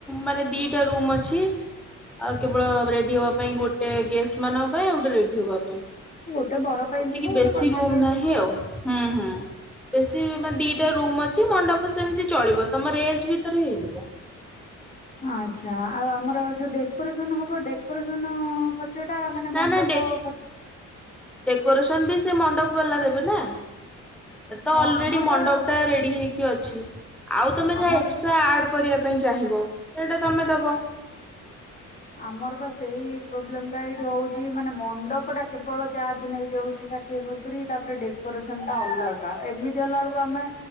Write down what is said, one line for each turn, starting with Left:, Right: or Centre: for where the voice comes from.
Centre: ମାନେ ଦିଟା ରୁମ୍ ଅଛି। ଆଉ କେବଳ ରେଡି ହବା ପାଇଁ ଗୋଟେ ଗେଷ୍ଟ ମାନଙ୍କ ପାଇଁ ଆଉ ଗୋଟେ ରେଡି ହବା ପାଇଁ।
Left: ଗୋଟେ ବର ପାଇଁ
Centre: ଏତିକି
Left: ଥିବ ଗୋଟେ
Centre: ବେଶୀ
Left: କନ୍ୟା
Centre: ରୁମ
Left: ପାଇଁ
Centre: ନାହିଁ
Left: ଥିବ
Centre: ଆଉ ହୁଁ ହୁଁ ବେଶୀ ମାନେ ଦି ଗୋଟେ ରୁମ୍ ଅଛି ମଣ୍ଡପ ସେମିତି ଚଳିବ ତମ ରେଞ୍ଜ ଭିତରେ ହେଇଯିବ।
Left: ଆଚ୍ଛା ଆଉ ଆମର ଯୋଉ ଡେକୋରେସନ ହବ ଡେକୋରେସନ ଖ ଚଟା ମାନେ
Centre: ନା
Left: ମଣ୍ଡପ
Centre: ନା ଡେ
Left: ଖ
Centre: ଡେକୋରେସନ ବି ସେ ମଣ୍ଡପ ବାଲା ଦେବେ ନା ତ
Left: ହଁ
Centre: ଅଲରେଡି
Left: ଆମର
Centre: ମଣ୍ଡପ
Left: ବା
Centre: ଟା ରେଡି ହେଇ କି ଅଛି ଆଉ ତମେ
Left: ଆମର
Centre: ଯାହା ଏକ୍ସଟ୍ରା ଆଡ କରିବା ପାଇଁ ଚାହିଁବ ସେଇଟା ତମେ ଦବ।
Left: ଆମର ବା ସେଇ ପ୍ରୋବ୍ଲେମ ଟା ଏଇଠି ହଉଛି ମାନେ ମଣ୍ଡପ ଟା କେବଳ ଚାର୍ଜ ନେଇଯାଉଛି ସା ଠିଏ ସତୁରୀ ତାପରେ ଡେକୋରେସନ ଟା ଅଲଗା ଏମିତି ହେଲା ବେଳକୁ ଆମେ